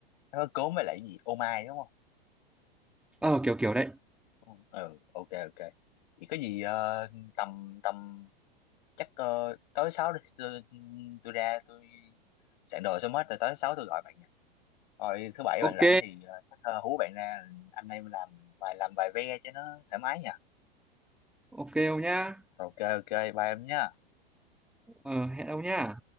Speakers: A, on the left; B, in the centre.
A: nó có cốm với lại cái gì ô mai đúng
B: ờ kiểu kiểu đấy
A: không ừ ok ok vậy có gì ờ, tầm tầm chắc ờ, tối sáu đi tôi, tôi ra tôi soạn đồ xong hết rồi tối sáu tôi gọi bạn nha rồi thứ bảy
B: ok
A: bạn rảnh thì ờ, chắc ờ, hú bạn ra anh em làm vài làm vài ve cho nó thoải mái nha
B: ok ông nhá
A: ok ok bye em nhé
B: ờ, hẹn ông nhá